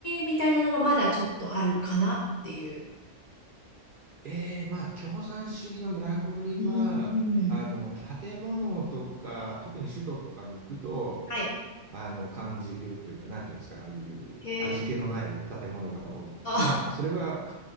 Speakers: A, on the left; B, on the right.
A: みたいなのがまだちょっとあるかなっていう。
B: ええまあ、共産主義の名残は、
A: うーん。
B: あの、建物とか、特に首都とかに行くと、
A: はい。
B: あの、感じるというか、なんていうんですか、ああいう味気のない建物が多いっていうか、
A: へえ。あ、
B: まあ、それは